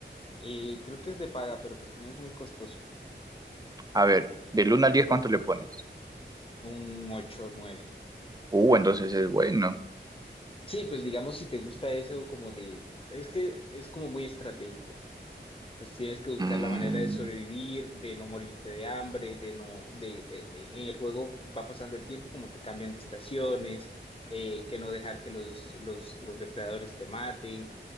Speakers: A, on the left; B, on the right.
A: Eh, creo que es de paga, pero pues no es muy costoso.
B: A ver, del uno al diez ¿cuánto le pones?
A: Un 8 o 9.
B: Uh, entonces es bueno.
A: Sí, pues digamos si te gusta eso como de... Es que es como muy estratégico. Pues tienes que buscar
B: Mm,
A: la manera de sobrevivir, de no morirte de hambre, de no... De, eh, eh, en el juego va pasando el tiempo y como que cambian de estaciones, eh, que no dejar que los, los, los depredadores te maten.